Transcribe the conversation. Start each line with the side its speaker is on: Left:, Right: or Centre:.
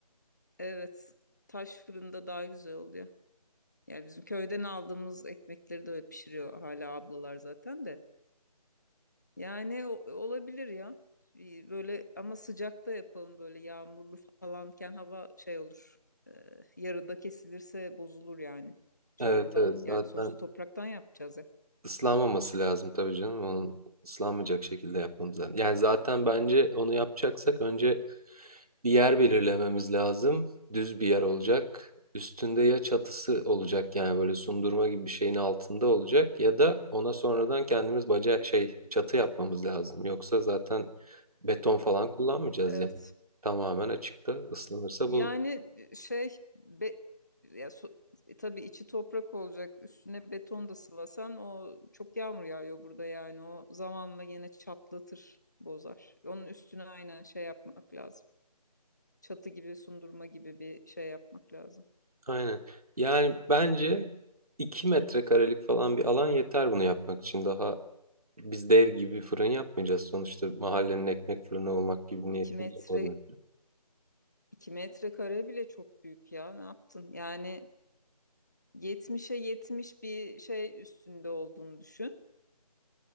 Left: evet taş fırında daha güzel oluyor. Yani bizim köyden aldığımız ekmekleri de öyle pişiriyor hala ablalar zaten de. Yani o- olabilir ya. Bir Böyle ama sıcakta yapalım böyle yağmurlu falanken hava şey olur. Ee, yarıda kesilirse bozulur yani. Çamurdan
Right: Evet evet zaten
Left: yani sonuçta topraktan yapacağız ya.
Right: ıslanmaması lazım tabii canım. Onun ıslanmayacak şekilde yapmamız lazım. Yani zaten bence onu yapacaksak önce bir yer belirlememiz lazım. Düz bir yer olacak. Üstünde ya çatısı olacak yani böyle sundurma gibi bir şeyin altında olacak ya da ona sonradan kendimiz baca şey çatı yapmamız lazım. Yoksa zaten Beton falan kullanmayacağız
Left: Evet.
Right: yani. Tamamen açıkta ıslanırsa
Left: Yani
Right: bu.
Left: e, şey be, ya so- e, tabii içi toprak olacak. Üstüne beton da sıvasan o çok yağmur yağıyor burada yani. O zamanla yine çatlatır, bozar. Onun üstüne aynen şey yapmak lazım. Çatı gibi, sundurma gibi bir şey yapmak lazım.
Right: Aynen. Yani bence 2 metrekarelik falan bir alan yeter bunu yapmak için. Daha biz dev gibi fırın yapmayacağız. Sonuçta mahallenin ekmek fırını olmak gibi
Left: İki
Right: niyetimiz
Left: metre,
Right: olmadı.
Left: iki metre kare bile çok büyük ya. Ne yaptın? Yani yetmiş'e 70 bir şey üstünde olduğunu düşün.